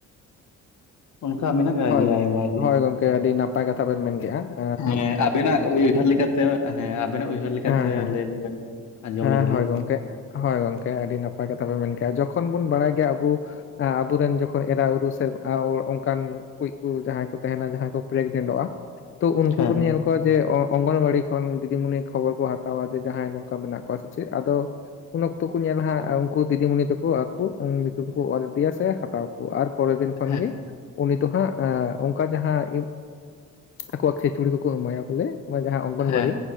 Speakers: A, on the left; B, on the left.
A: ᱚᱱᱠᱟ ᱢᱮᱱᱟᱜ ᱜᱮ ᱟᱠᱟᱫ
B: ᱦᱳᱭ,
A: ᱜᱮᱭᱟ ᱟᱭᱢᱟ
B: ᱦᱳᱭ ᱜᱚᱢᱠᱮ ᱟᱹᱰᱤ ᱱᱟᱯᱟᱭ ᱠᱟᱛᱷᱟ ᱵᱮᱱ ᱢᱮᱱ ᱠᱮᱜᱼᱟ ᱾
A: ᱦᱮᱸ ᱟᱵᱮᱱᱟᱜ ᱩᱭᱦᱟᱹᱨ ᱞᱮᱠᱟᱛᱮ, ᱦᱮᱸ ᱟᱵᱮᱱᱟᱜ ᱩᱭᱦᱟᱹᱨ ᱞᱮᱠᱟᱛᱮ
B: ᱦᱮᱸ ᱦᱮᱸ
A: ᱞᱟᱹᱭ ᱞᱮᱵᱮᱱ ᱾ ᱟᱸᱡᱚᱢ
B: ᱦᱮᱸ
A: ᱞᱮᱜᱮ
B: ᱦᱳᱭ
A: ᱞᱤᱧ
B: ᱜᱚᱝᱠᱮ
A: ᱾
B: ᱦᱳᱭ ᱜᱚᱢᱠᱮ, ᱟᱹᱰᱤ ᱱᱟᱯᱟᱭ ᱠᱟᱛᱷᱟ ᱵᱮᱱ ᱢᱮᱱᱠᱮᱜᱼᱟ, ᱡᱚᱠᱷᱚᱱ ᱵᱚᱱ ᱵᱟᱲᱟᱭ ᱜᱮᱭᱟ ᱟᱵᱚ ᱟᱵᱚ ᱨᱮᱱ ᱡᱚᱠᱷᱚᱡ ᱮᱨᱟ ᱩᱨᱩ ᱥᱮ ᱟᱨ ᱦᱚᱲ ᱚᱱᱠᱟᱱ ᱠᱩᱡ ᱠᱩ ᱡᱟᱦᱟᱸᱭ ᱠᱩ ᱛᱟᱦᱮᱸᱱᱟ ᱡᱟᱦᱟᱸᱭ ᱠᱚ ᱯᱨᱮᱜᱽᱱᱮᱱᱴᱚᱜᱼᱟ ᱛᱚ ᱩᱱᱠᱩ
A: ᱦᱮᱸ᱾
B: ᱵᱚᱱ ᱧᱮᱞ ᱠᱚᱣᱟ ᱡᱮ ᱚᱸᱜ ᱚᱝᱜᱚᱱᱵᱟᱲᱤ ᱠᱷᱚᱱ ᱫᱤᱫᱤ ᱢᱩᱱᱤ ᱠᱷᱚᱵᱚᱨ ᱠᱚ ᱦᱟᱛᱟᱣᱟ ᱡᱮ ᱡᱟᱦᱟᱸᱭ ᱱᱚᱝᱠᱟ ᱢᱮᱱᱟᱜ ᱠᱚᱣᱟ ᱥᱮ ᱪᱮᱫ? ᱟᱫᱚ ᱩᱱ ᱚᱠᱛᱚ ᱠᱩ ᱧᱮᱞᱟ ᱦᱟᱸᱜ ᱩᱱᱠᱩ ᱫᱤᱫᱤᱢᱩᱱᱤ ᱛᱟᱠᱩ ᱟᱠᱩ ᱧᱩᱛᱩᱢ ᱠᱚ ᱚᱞ ᱤᱫᱤᱭᱟ ᱥᱮ ᱦᱟᱛᱟᱣ ᱟᱨ ᱯᱚᱨᱮ ᱫᱤᱱ ᱠᱷᱚᱱ
A: ᱦᱮᱸ
B: ᱜᱮ ᱛᱚ ᱦᱟᱸᱜ ᱟᱸ ᱚᱝᱠᱟ ᱡᱟᱦᱟᱸ ᱤᱭᱟᱹ ᱟᱠᱚᱣᱟᱜ ᱠᱷᱤᱪᱩᱲᱤ ᱠᱚ ᱠᱚ ᱮᱢᱟᱭᱟ ᱵᱚᱞᱮ ᱾ ᱱᱚᱜ-ᱚᱭ ᱡᱟᱦᱟᱸ ᱚᱝᱜᱚᱱᱵᱟᱲᱤ
A: ᱦᱮᱸ